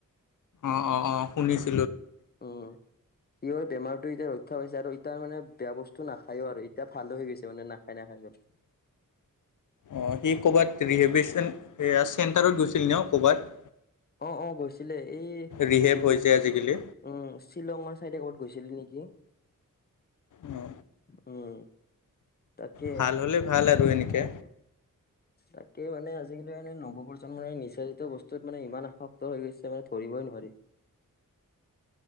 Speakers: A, on the left; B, on the left.
A: অ অ অ শুনিছো
B: উম সি বেমাৰটো এতিয়া ৰক্ষা পাইছে আৰু ই তাৰ মানে বেয়া বস্তু নাখায়ও আৰু এতিয়া ভালো হৈ গৈছে মানে নাখায় নাখায় বলে
A: অঁ সি ক'ৰবাত ৰিহেভেশ্যন সেয়া চেণ্টাৰত গৈছিল ন ক'ৰবাত
B: অ অ গৈছিলে এই
A: ৰিহেব
B: উ
A: হৈছে আজিকালি
B: উম শ্বিলঙৰ চাইডে ক'ত গৈছিলি নেকি
A: অ
B: উম তাকে
A: ভাল হ'লে ভাল আৰু এনেকে
B: উম তাকে মানে আজিকালি এ নৱপ্ৰজন্মৰ নিচাৰিত বস্তু ত মানে ইমান আসক্ত হৈ গৈছে মানে ধৰিবই নোৱাৰি